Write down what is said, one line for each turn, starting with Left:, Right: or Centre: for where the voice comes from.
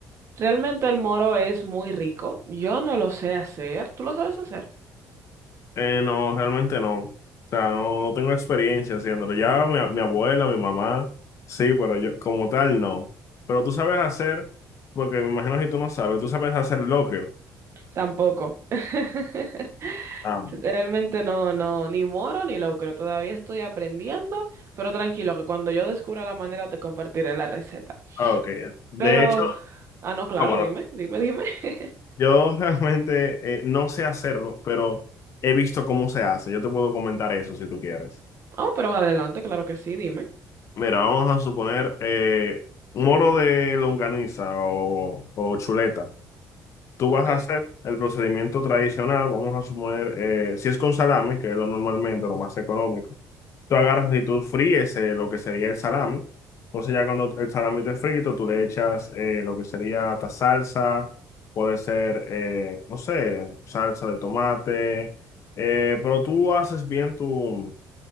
Right: Realmente el moro es muy rico. Yo no lo sé hacer. ¿Tú lo sabes hacer?
Left: Eh, no, realmente no. O sea, no, no tengo experiencia haciéndolo. Ya mi, mi abuela, mi mamá, sí, pero yo como tal no. Pero tú sabes hacer, porque me imagino que tú no sabes, tú sabes hacer locrio.
Right: Tampoco. <laughs>
Left: Ah,
Right: Realmente no, no, ni moro ni locro. Todavía estoy aprendiendo, pero tranquilo que cuando yo descubra la manera te compartiré la receta.
Left: Ah, ok. De
Right: Pero,
Left: hecho,
Right: ah, no, claro,
Left: ah, bueno,
Right: dime, dime, dime. <laughs>
Left: yo <laughs> realmente eh, no sé hacerlo, pero he visto cómo se hace. Yo te puedo comentar eso si tú quieres.
Right: Oh, pero adelante, claro que sí, dime.
Left: Mira, vamos a suponer eh, moro de longaniza o, o chuleta. Tú vas
Right: Ok,
Left: a
Right: eh,
Left: hacer el procedimiento tradicional, vamos a suponer, eh, si es con salami, que es lo normalmente, lo más económico, tú agarras y tú fríes eh, lo que sería el salami. Entonces ya cuando el salami esté frito, tú le echas eh, lo que sería esta salsa, puede ser, eh, no sé, salsa de tomate, eh, pero tú haces bien tu,